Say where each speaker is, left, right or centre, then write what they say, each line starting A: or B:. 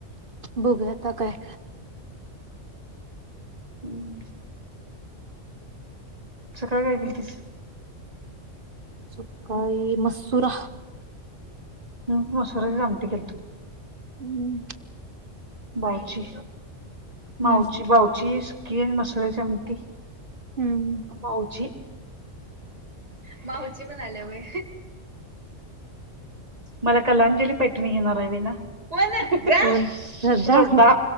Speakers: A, on the right; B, on the right.
A: बघूया आताकाय.
B: हम्म. सकाळी काय केलतीस?
A: सकाळी मंसूरा
B: मी मसुराची आमटी केलतो.
A: हम्म.
B: बावची मावची
A: हम्म
B: बावची सुकी आणि मसुराची आमटी.
A: हम्म
B: भाऊची माऊची म्हणाल्या वय मला कलांजली पैठणी घेणार आहे विना. होय ना. ये
A: कोण श्रद्धा
B: झोपा